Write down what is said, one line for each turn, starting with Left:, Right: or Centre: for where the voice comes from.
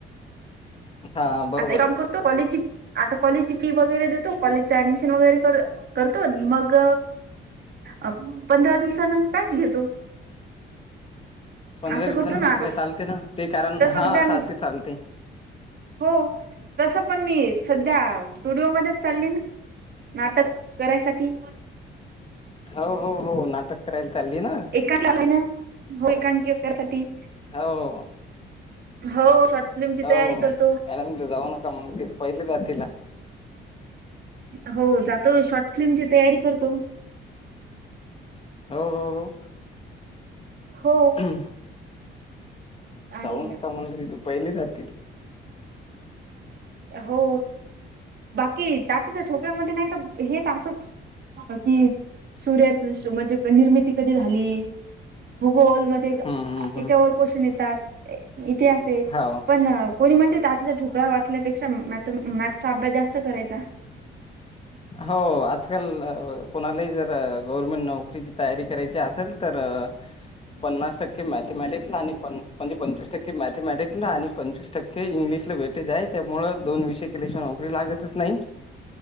Left: हा बरोबर
Right: आता काम
Left: आहे
Right: करतो कॉलेज आता कॉलेजची फी वगैरे देतो कॉलेजच ऍडमिशन वगैरे करतो मग अ पंधरा दिवसान पॅच घेतो
Left: पंधरा
Right: असं
Left: दिवसांच
Right: करतो ना आता
Left: घ चालते ना ते कारण
Right: तस
Left: हा
Right: सध्या
Left: चालते चालते
Right: हो तसं पण मी सध्या स्टुडिओमध्येध्येच चालली ना. नाटक करायसाठी
Left: हो हो हो नाटक करायला चालली ना.
Right: एकां आलाय ना हो एकांकसाठी
Left: हो.
Right: हो फिल्मची
Left: हो
Right: तयारी करतो
Left: मॅडमला जाऊ नका म्हण तिथ पहिले जातीलला.
Right: हो जातो शॉर्ट फिल्मची तयारी करतो.
Left: हो हो हो
Right: हो.
Left: हम्
Right: आणि
Left: जाऊ नका म्हण पहिले जातील.
Right: हो बाकी तातीच्या ठोपळ्यामध्ये नाही का हेच असंच. कि सूर्याच म्हणजे निर्मिती कधी झाली भूगोल मध्ये याच्यावर
Left: हम्म हम्म हम्म
Right: क्वेशन येतात इतिहास आहे
Left: हो
Right: पण कोणी म्हणते तातचा ढोकळा वाचल्यापेक्षा म मॅथचा अभ्यास जास्त करायचा.
Left: हो आजकाल कोणालाही जर गव्हर्मेंट नोकरीची तयारी करायची असेल तर पन्नास टक्के मॅथमॅटिक्सला आणि म्हणजे पंचवीस टक्के मॅथमॅटिक्स ला आणि पंचवीस टक्के क इंग्लिशला व्हेटेज आहे त्यामुळ दोन विषय केल्याशिवाय नोकरी लागतच नाही